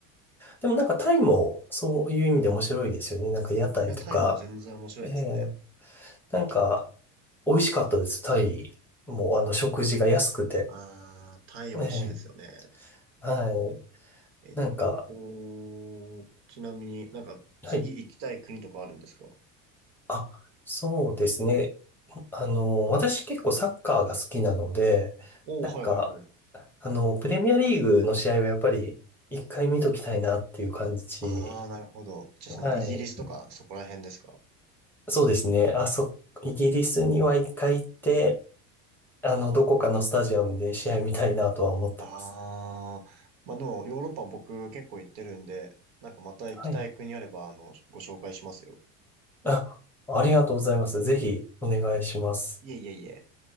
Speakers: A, in the centre; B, on the right.
A: でもなんかタイもそういう意味で面白いですよね。なんか屋台とか、
B: いや、タイも全然面白いですね。
A: えー、なんか美味しかったです。タイもあの食事が安くて。
B: ああ、タイ美味しいですよね。
A: えー、はい。
B: えっ
A: なんか、
B: と、ちなみになんか次行きたい国とかあるんですか
A: はい。あ、そうですね。あの、私結構サッカーが好きなので、
B: おおー、
A: なんか、
B: はいはいはい。
A: あの、プレミアリーグの試合はやっぱり一回見ときたいなっていう感じ。
B: ああ、なるほど。じゃあそのイギリスとかそこら辺ですか
A: はい。そうですね。あ、そ、イギリスには一回行って、あの、どこかのスタジアムで試合見たいなとは思ってます。
B: ああー、まあでもヨーロッパ僕結構行ってるんで、なんかまた行きたい国あれば、
A: はい。
B: あの、ご紹介しますよ。
A: あ、ありがとうございます。ぜひお願いします。
B: いえいえいえ。